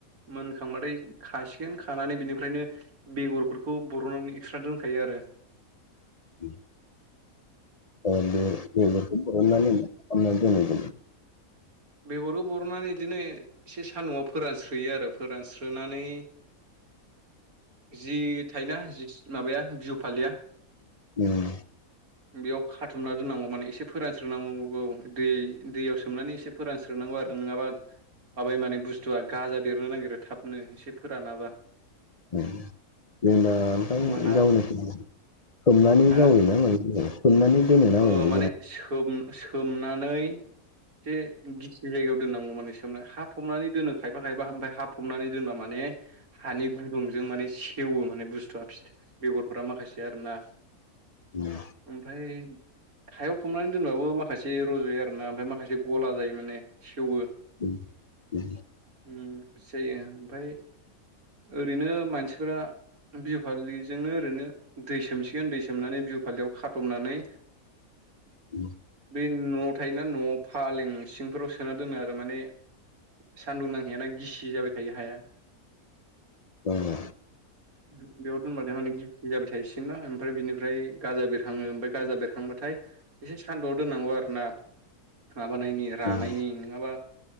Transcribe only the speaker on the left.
<inaudible> ओ बे बेगरखौ बरनानै खालामनानै दोननाय जायो
<inaudible>
उम
उम जेनबा ओमफ्राय
जावैनो सोमनानै
जावैयोना मायो देलाय सोमनानै दोनोना
मायो
उम
उम उम
उम
ओं ओं
जेनेबा